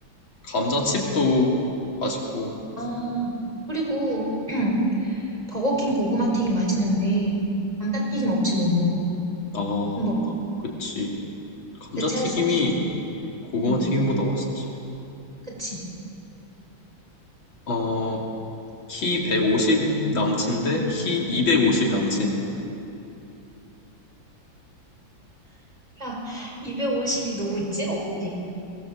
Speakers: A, on the left; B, on the right.
A: 감자칩도 맛있고.
B: 아, 그리고, <clears throat> 버거킹 고구마 튀김 맛있는데 감자튀김 없이 못 먹어.
A: 아,
B: 햄버거.
A: 그치. 감자튀김이
B: 대체할 수 없어.
A: 고구마
B: 응.
A: 튀김보다 맛있지.
B: 그치?
A: 어, 키 150 남친데 키 250 남친.
B: 야, 250이 누구 있지? 없지.